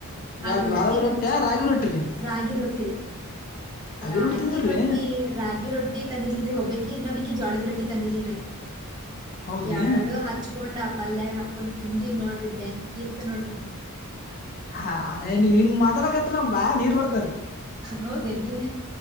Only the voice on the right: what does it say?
ಆ -ರೊಟ್ಟಿ
ಹಚ್ಚ
ರಾಗಿ ರೊಟ್ಟಿ. ರಾಗಿ
ರೊಟ್ಟಿ ರಾಗಿ ರೊಟ್ಟಿ ತಂದಿರ್ಲ್ರಿ ಒಬ್ಬಿಕಿ ಇನ್ನೊಬಕಿ ಜೋಳದ್ ರೊಟ್ಟಿ. ಲ್ರಿ
ಎಾರ್ಡು ಹಚ್ಕೊಂಡ್ ಅ ಪಲ್ಯಾಗ ಹಾಕೊಂಡು ತಿಂದಿವವಿ ನೋಡ್ರಿ ಬೆಂಕಿ ಇತ್ ನೋಡ್ರಿ
ಹೌದೇನ್ರಿ